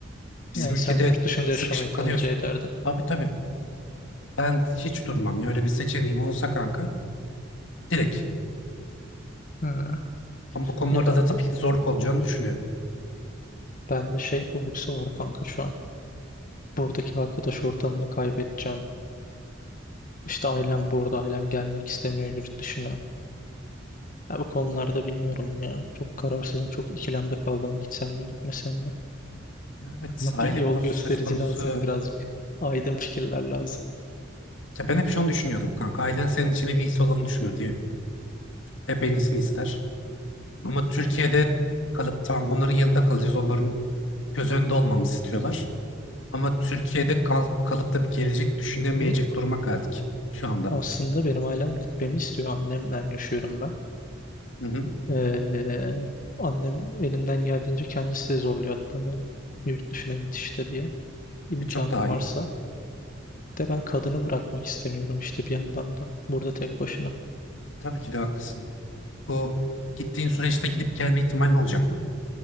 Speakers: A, on the left (about 70°); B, on the left (about 45°).
A: Bizim
B: Yani
A: ülkede
B: sen yurt dışında
A: sıkışıp
B: yaşamayı tercih
A: kalıyorsun.
B: ederdin.
A: Tabii tabii. Ben hiç durmam ya. Öyle bir seçeneğim olsa kanka direkt.
B: Ha.
A: Ama bu konularda
B: Ya ben
A: da tabii
B: de
A: ki de zorluk olacağını düşünüyorum.
B: ben de şey korkusu var kanka şu an. Buradaki arkadaş ortamımı kaybedeceğim. İşte ailem burada, ailem gelmek istemiyor yurt dışına. Ya bu konularda bilmiyorum ya. Çok kararsızım, çok ikilemde kaldım. Gitsem mi, gitmesem mi? <laughs>
A: Evet,
B: Bana
A: aile
B: bir yol
A: konusu
B: gösterici
A: söz konusu
B: lazım birazcık. Aydın fikirler lazım.
A: Ya ben hep şunu düşünüyordum kanka. Ailen senin için en iyisi olanı düşünür diye. Hep en iyisini ister. Ama Türkiye'de kalıp tamam onların yanında kalacağız. Onların göz önünde olmamızı istiyorlar. Ama Türkiye'de kal- kalıp da bir gelecek düşünemeyecek
B: Yo,
A: duruma geldik şu anda.
B: Aslında benim ailem gitmemi istiyor. Annemle yaşıyorum ben.
A: Hı hı.
B: Ee, annem elinden geldiğince kendisi de zorluyor hatta beni. Yurt dışına git işte diye. İmkanım
A: E çok daha
B: varsa.
A: iyi.
B: De ben kadını bırakmak istemiyorum işte bir yandan da. Burada tek başına.
A: E tabii ki de haklısın. Bu gittiğin süreçte gidip gelme ihtimalin olacak mı?